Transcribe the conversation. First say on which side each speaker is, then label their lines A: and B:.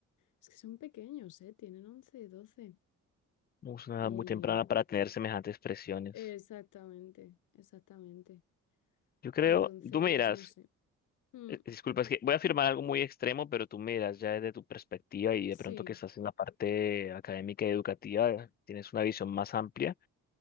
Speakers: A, on the left (about 85°); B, on the left (about 30°).
A: Es que son pequeños, ¿eh? Tienen 11, doce
B: No Es una
A: Y
B: edad muy temprana para tener semejantes presiones.
A: exactamente, exactamente.
B: Yo creo,
A: Entonces,
B: tú miras,
A: no sé. Mm,
B: disculpa, es que voy a afirmar algo muy extremo, pero tú miras ya desde tu perspectiva y de
A: sí.
B: pronto que estás en la parte académica y educativa, tienes una visión más amplia.